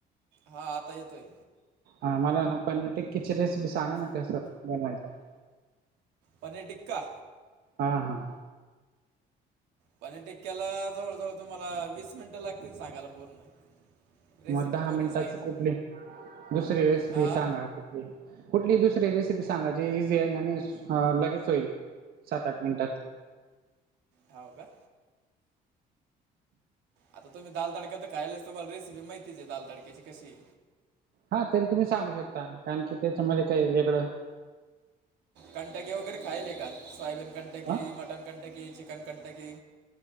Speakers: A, on the right; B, on the right.
A: हां आता येतोय.
B: हां मला नां पनीर टिक्की ची रेसिपी सांगा नां कसं बनवायचं.
A: पनीर टिक्का
B: हां हां
A: पणीर टिक्क्यांला जवळं जवळं तुम्हांला वीस मिनिटं लागतील सांगायला पूर्ण रेसिपी
B: मगं दहा
A: पूर्ण
B: मिनिटांच
A: सांगितलं
B: कुठले दुसरी रेसिपी
A: हा
B: सांगा. कुठली दुसरी रेसिपी सांगायची इझी आहे आणि लगेच होईल. सात आठ मिनिटांत.
A: हव का आता तुम्ही दल तडका तर खायच तु्हाला रेसिपी माहिती आहे दाल तडक्याची कशी,
B: हा तरी तुम्ही सांगू शकता कारण की त्याच्यामध्येध्ये काही वेगळं
A: कंटकी वगैरे खायले का सोयाबीन Kentucky
B: ह
A: mutton Kentucky chicken Kentucky